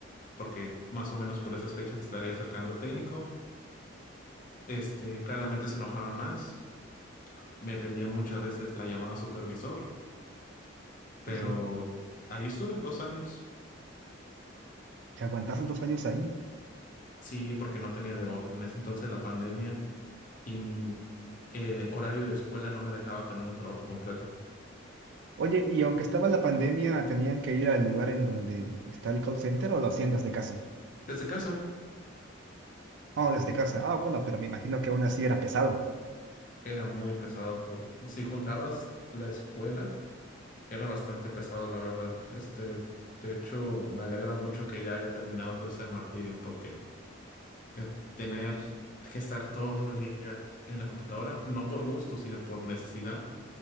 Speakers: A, on the left; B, on the right.
A: porque más o menos por esas fechas estaría acercando el técnico. Este, claramente se enojaban más, me pedían muchas veces la llamada supervisor, pero
B: Sí, sí.
A: ahí estuve dos años.
B: Que aguantaste dos años ahí.
A: Sí, porque no tenía de otro. En ese entonces la pandemia y mi eh, horario de escuela no me dejaba tener un trabajo completo.
B: Oye, y aunque estaba la pandemia, ¿tenían que ir al lugar en donde está el call center o lo hacían desde casa?
A: Desde casa
B: Oh, desde casa. Ah, bueno, pero me imagino que aún así era pesado.
A: era muy pesado por si juntabas la escuela Era bastante pesado, la verdad. Este, de hecho, me alegra mucho que ya haya terminado todo ese martirio, porque eh, tener que estar todo el día en la computadora, no por gusto, sino por necesidad,